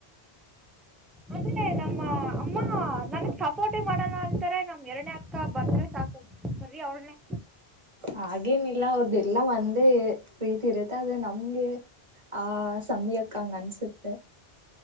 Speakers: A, in the centre; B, on the right (about 30°).
A: ಅಂದ್ರೆ ನಮ್ಮ ಅಮ್ಮ ನನ್ಗ್ ಸಪೋರ್ಟಿ ಮಾಡೋಣ ಅಂತಾರೆ ನಮ್ ಎರನೇ ಅಕ್ಕ ಬಂದ್ರೆ ಸಾಕು ಬರಿ ಅವಳನೇ
B: ಹಾಗೇನಿಲ್ಲ ಅವ್ರದೆಲ್ಲ ಒಂದೇ ಪ್ರೀತಿ ಇರುತ್ತೆ ಅದ ನಮ್ಗೆ ಆ ಸಮಯಕ್ಕ ಹಂಗ ಅನ್ಸುತ್ತೆ.